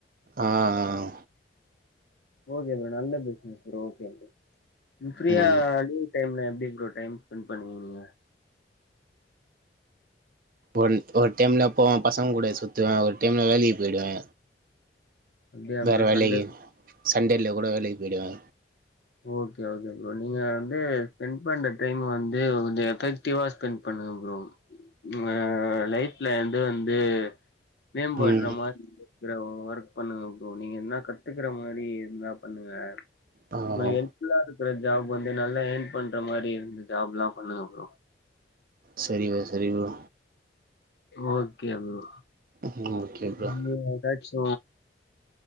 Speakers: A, on the right; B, on the left.
A: ஆ ஆ ஆ
B: ஓகே ப்ரோ நல்லா பேசுனிங்க ப்ரோ ஓகே ப்ரோ ஃபிரீயா
A: ம்
B: டைம்ல எப்டி ப்ரோ டைம் ஸ்பெண்ட் பண்ணுவீங்க நீங்க
A: ஒன் ஒரு டைம்ல போவோ பசங்க கூட சுத்துவே ஒரு டைம்ல வேலைக்கு போயி்டுவே
B: அப்டியா
A: வேற
B: ப்ரோ
A: வேலைக்கி
B: சண்டே
A: சண்டேல கூட வேலைக்கு போய்டுவே
B: ஓகே ஓகே ப்ரோ நீங்க வந்து ஸ்பெண்ட் பண்ற டைம் வந்து கொஞ்சோ எஃபெக் டிவா ஸ்பெண்ட் பண்ணுங்க ப்ரோ அ லைஃப்ல எது வந்து மேம்பட்ற
A: ம்
B: மாரி ஒர்க் பண்ணுங்க ப்ரோ நீங்க எதுனா கத்துக்கற மாரி எத்னா பண்ணுங்க
A: ஆ
B: உங்களுக்கு ஹெல்ப்ஃபுல்லா இருக்கிற ஜாப் வந்து நல்லா ஏர்ன் பண்ற மாரி இருந்த ஜாப்லா பண்ணுங்க ப்ரோ
A: செரி ப்ரோ செரி ப்ரோ
B: ஓகே ப்ரோ
A: ம் ஓகே ப்ரோ
B: ம் ஏதாச்சு